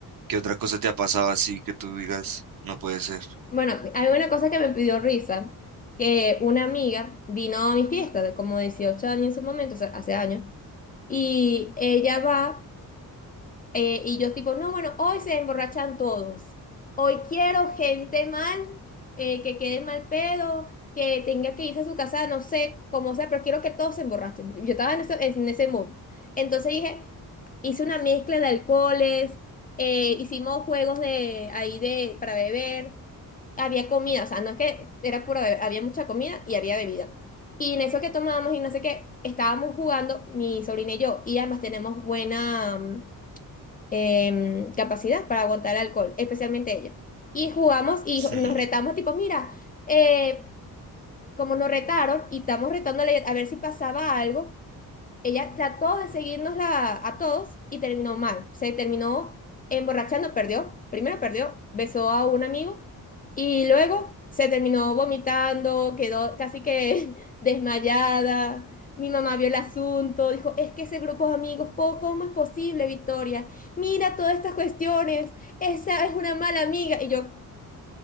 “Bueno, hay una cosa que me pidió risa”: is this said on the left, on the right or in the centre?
Left